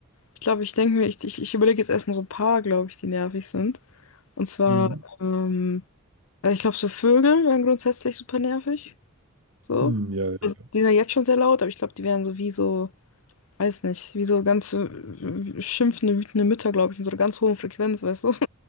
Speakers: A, on the left; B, on the right.
A: ich glaube, ich denke mir, ich, ich, ich überlege jetzt erstmal so ein paar, glaube ich, die nervig sind. Und zwar,
B: Mhm.
A: ähm, also ich glaube, so Vögel wären grundsätzlich super nervig. So.
B: Hm, ja, ja,
A: Also, die sind ja jetzt schon sehr laut, aber ich glaube, die wären so wie so, weiß nicht, wie so ganz äh, schimpfende, wütende Mütter, glaube ich, in so einer ganz hohen Frequenz, weißt du? <laughs>